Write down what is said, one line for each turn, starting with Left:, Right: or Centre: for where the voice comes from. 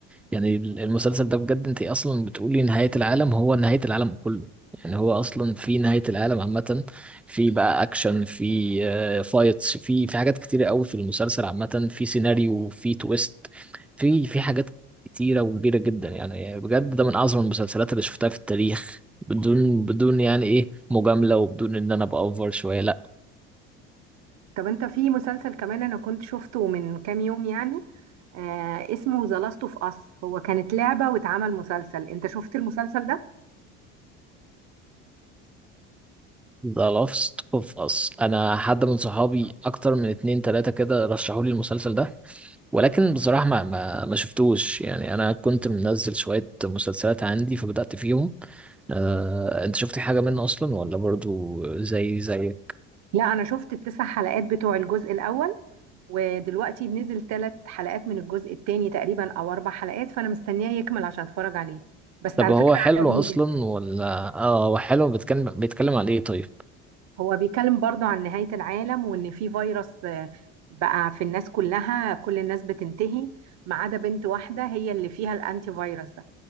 Centre: يعني ال- المسلسل ده بجد انت اصلا بتقولي نهاية العالم هو نهاية العالم كله يعني هو اصلا في نهاية العالم عامة في بقى اكشن في آه، فايتس في في حاجات كتيرة قوي في المسلسل عامة في سيناريو في تويست في في حاجات كتيرة وكبيرة جدا يعني بجد ده من اعظم المسلسلات اللي شفتها في التاريخ بدون بدون يعني ايه مجاملة وبدون ان انا بأوفر شوية لا
Right: طب انت في مسلسل كمان انا كنت شفته من كام يوم يعني آه اسمه ذا لاست اوف اس هو كانت لعبة واتعمل مسلسل انت شفت المسلسل ده؟
Centre: ذا لاست اوف اس انا حد من صحابي اكتر من اتنين تلاتة كده رشحوا لي المسلسل ده ولكن بصراحة ما ما, ما شفتوش يعني انا كنت منزل شوية مسلسلات عندي فبدأت فيهم آه، انت شفت حاجة منه اصلا ولا برضو زي زي
Right: لا انا شفت التسع حلقات بتوع الجزء الاول ودلوقتي نزل ثلاث حلقات من الجزء الثاني تقريبا او اربع حلقات فانا مستنياه يكمل عشان اتفرج عليه بس
Centre: طب
Right: على
Centre: هو
Right: فكرة
Centre: حلو
Right: عجبني
Centre: اصلا
Right: جدا
Centre: ولا اه هو حلو بيتكلم بيتكلم على ايه طيب
Right: هو بيتكلم برضه عن نهاية العالم وإن في فيروس آه، بقى في الناس كلها كل الناس بتنتهي ما عدا بنت واحدة هي اللي فيها الأنتي فيروس ده